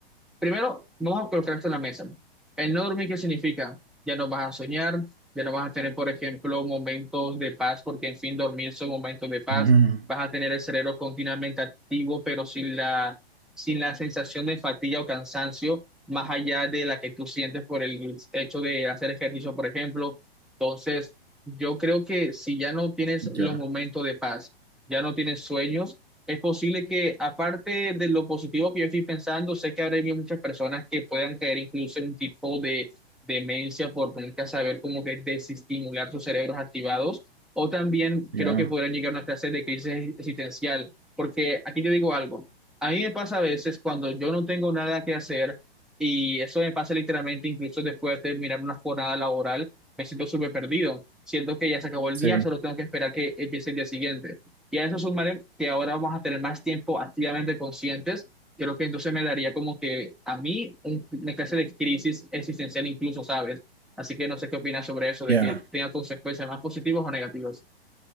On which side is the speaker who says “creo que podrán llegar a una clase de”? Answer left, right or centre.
Centre